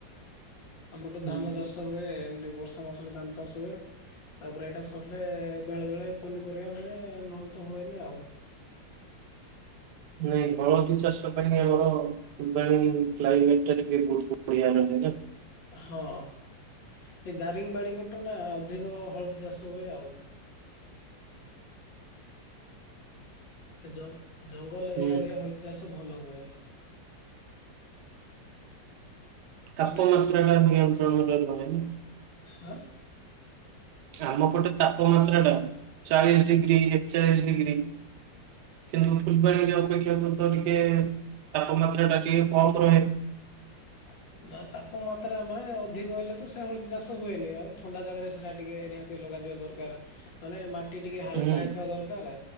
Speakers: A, on the left; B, on the right.
A: ଆମର ତ
B: ହୁଁ
A: ଧାନ
B: ହୁଁ।
A: ଚାଷ ହୁଏ ଏମତି ବର୍ଷା ମାସରେ ଧାନ ଚାଷ ହୁଏ। ତାପରେ ଏଇଟା ସରିଲେ ବେଳେ ବେଳେ ପନିପରିବା ହୁଏ ନହେଲେ ତ ହୁଏନି ଆଉ।
B: ନାଇଁ ହଳଦୀ ଚାଷ ପାଇଁ ଆମର ଫୁଲବାଣୀ ହିଁ କ୍ଲାଇମେଟଟା ଟିକେ ବୋହୁତ ବଢିଆ ରହେ। ଆଜ୍ଞା?
A: ହଁ। ଏଇ ଦାରିଙ୍ଗ ବାଡି ପଟରେ ନା ଅଧିକ ହଳଦୀ ଚାଷ ହୁଏ ଆଉ। ଏ ଜ-ଜଙ୍ଗଲ
B: ହୁଁ
A: ଏରିଆରେ ହଳଦୀ ଚାଷ ଭଲ ହୁଏ।
B: ତାପମାତ୍ରାଟା
A: ମାନେ
B: ନିୟନ୍ତ୍ରଣ କରିହୁଏନି।
A: ହାଁ?
B: ଆମପଟେ ତାପମାତ୍ରାଟା ଚାଳିଶ ଡିଗ୍ରୀ ଏକଚାଳିଶ ଡିଗ୍ରୀ କିନ୍ତୁ ଫୁଲବାଣୀରେ ଅପେକ୍ଷାକୃତ ଟିକେ ତାପମାତ୍ରାଟା ଟିକେ କମ୍ ରହେ।
A: ହା ନା ତାପମାତ୍ରା ମାନେ ଅଧିକ ହେଲେ ତ ସେ ହଳଦି ଚାଷ ହୁଏନି ଆଉ ଥଣ୍ଡା ଜାଗାରେ ସେଟା ଟିକେ ନିହାତି ଲଗା ଲଗାଜିବା ଦରକାର ମାନେ ମାଟି ଟିକେ ହାଲକା
B: ହୁଁ
A: ହେଇଥିବା ଦରକାର